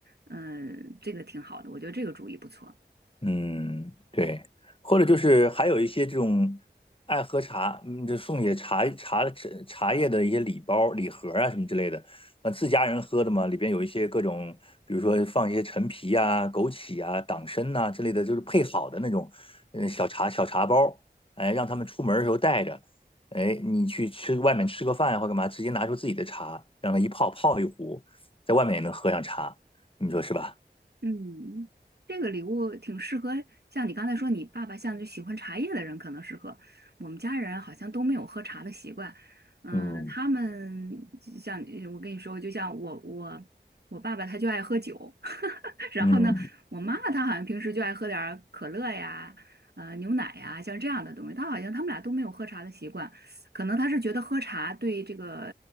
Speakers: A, on the right; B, on the left.
A: 嗯、这个挺好的，我觉得这个主意不错。
B: 嗯，对，或者就是还有一些这种爱喝茶，嗯，就送些茶茶茶叶的一些礼包、礼盒啊什么之类的，呃，自家人喝的嘛，里边有一些各种，比如说放一些陈皮啊、枸杞啊、党参呐、之类的，就是配好的那种，嗯，小茶小茶包，哎，让他们出门的时候带着，哎，你去吃外面吃个饭或干嘛，直接拿出自己的茶，让它一泡泡一壶，在外面也能喝上茶，你说是吧？
A: 嗯，这个礼物挺适合，像你刚才说，你爸爸像就喜欢茶叶的人可能适合。我们家人好像都没有喝茶的习惯，嗯、
B: 嗯
A: 他们就像呃我跟你说，就像我我我爸爸他就爱喝酒，<laughs> 然后呢，
B: 嗯
A: 我妈妈她好像平时就爱喝点儿可乐呀，呃，牛奶呀，像这样的东西。她好像他们俩都没有喝茶的习惯，可能他是觉得喝茶对这个